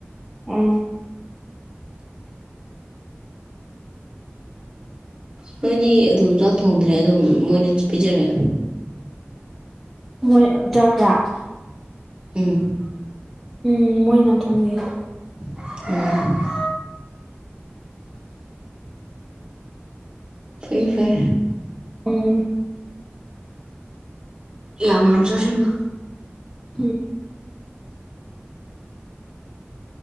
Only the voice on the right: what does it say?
ꯅꯣꯏꯗꯤ ꯑꯗꯨꯝ ꯆꯥꯛ ꯊꯣꯡꯗ꯭ꯔꯦ ꯑꯗꯨꯝ ꯃꯣꯏꯅ ꯄꯤꯖꯔꯦ
ꯎꯝ
ꯎꯝ ꯐꯩ ꯐꯩ
ꯌꯥꯝ ꯌꯥꯝ ꯆꯥꯁꯤꯜꯂꯨ